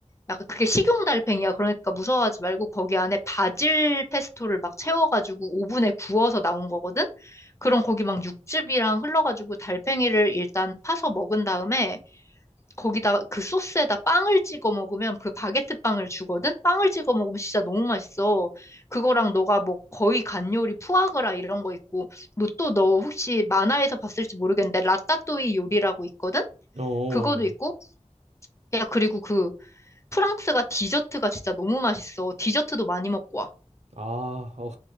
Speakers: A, on the left (about 25°); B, on the right (about 65°).
A: 약간 그게 식용 달팽이야. 그러니까 무서워하지 말고 거기 안에 바질 페스토를 막 채워가지고 오븐에 구워서 나온 거거든? 그럼 거기 막 육즙이랑 흘러가지고 달팽이를 일단 파서 먹은 다음에 거기다가 그 소스에다 빵을 찍어 먹으면 그 바게트 빵을 주거든? 빵을 찍어 먹으면 진짜 너무 맛있어. 그거랑 너가 뭐 거의 간 요리 푸아그라 이런 거 있고, 너 또 너 혹시 만화에서 봤을지 모르겠는데 라따뚜이 요리라고 있거든?
B: 어.
A: 그거도 있고, 야, 그리고 그 프랑스가 디저트가 진짜 너무 맛있어. 디저트도 많이 먹고 와.
B: 아, 어,